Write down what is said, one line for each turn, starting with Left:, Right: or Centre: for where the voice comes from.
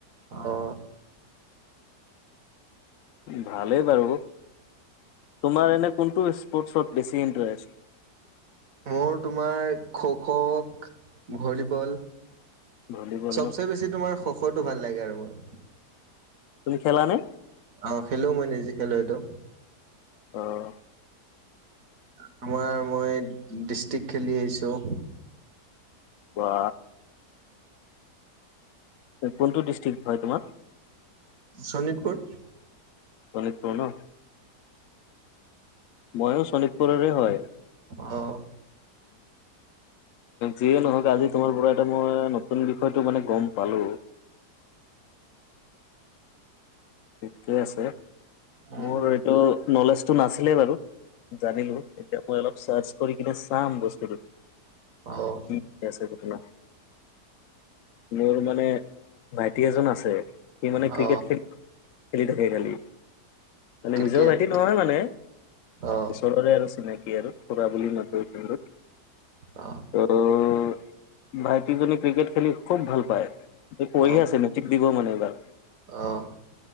Right: অ
Left: ভালেই বাৰু তোমাৰ এনে কোনটো স্পৰ্টছত বেছি ইণ্টাৰেষ্ট
Right: মোৰ তোমাৰ খ' খ', ভলীবল
Left: ভলীবল
Right: চবচে
Left: ন
Right: বেছি তোমাৰ খ' খ', ভাল লাগে আৰু মোৰ।
Left: তুমি খেলা নে
Right: অ', খেলো মই নিজে খেলো এইটো
Left: অ'
Right: তোমাৰ মই ডিষ্ট্ৰিক্ খেলি আহিছোঁ।
Left: বা কোনটো ডিষ্ট্ৰিক হয় তোমাৰ
Right: শোণিতপুৰ।
Left: <unintelligible> মইও শোণিতপুৰৰে হয়।
Right: অ
Left: যিয়ে নহক আজি তোমাৰ পৰা এটা মই নতুন বিষয়টো মানে গ'ম পালো। ঠিকে আছে।
Right: উম
Left: মোৰ এইটো নলেজটো নাছিলেই বাৰু জানিলো এতিয়া মই অলপ চাৰ কৰি কিনে চাম বস্তুটো ঠিক
Right: অ
Left: আছে দেখা। মোৰ মানে ভাইটি এজন আছে সি মানে
Right: অ অ
Left: ক্ৰিকেট খেল থাকে খালি মানে
Right: ক্ৰিকেট
Left: নিজৰ ভাইটি নহয় মানে।
Right: অ
Left: ওচৰৰে আৰু চিনাকি আৰু খুৰা বুলি মাতো কিন্তু।
Right: অ
Left: অ'। ভাইটি জনী ক্ৰিকেট খেলি খুব ভাল পায়, পঢ়ি
Right: অ
Left: আছে মেট্ৰিক দিব মানে এইবাৰ।
Right: অ'।